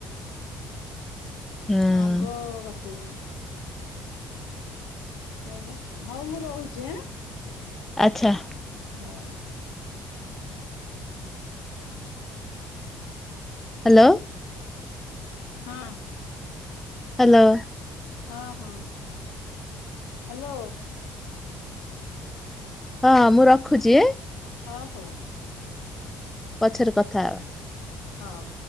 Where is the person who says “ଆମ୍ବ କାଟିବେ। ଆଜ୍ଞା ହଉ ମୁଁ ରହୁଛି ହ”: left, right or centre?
Left